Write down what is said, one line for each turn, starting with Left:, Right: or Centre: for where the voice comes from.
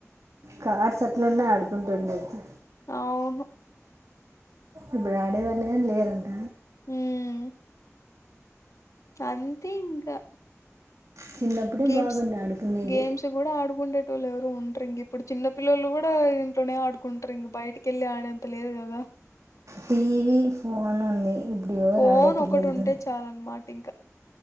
Right: కార్స్ అట్లనే ఆడుకుంటుండద్దు
Left: అవును
Right: ఇప్పుడు ఆడేవాళ్ళ ని లేరంట
Left: మ్మ్ అంతే ఇంకా
Right: చిన్నప్పుడే
Left: గేమ్స్
Right: బాగుండే ఆడుకునేవి
Left: గేమ్స్ కూడా ఆడుకుండేటోలు ఎవరూ వుండరు ఇంక ఇప్పుడు చిన్నప్ పిల్లోల్లు కూడా ఇంట్లోనే ఆడుకుంటారు ఇంక బయటికి వెల్లి ఆడేంత లేదు కదా
Right: టీవీ ఫోన్ ఉంది ఇప్పుడు ఎవరు
Left: ఫోన్
Right: ఆడే పిల్లలు
Left: ఒకటి ఉంటే
Right: కూడా
Left: చాల అన్నమాట ఇంకా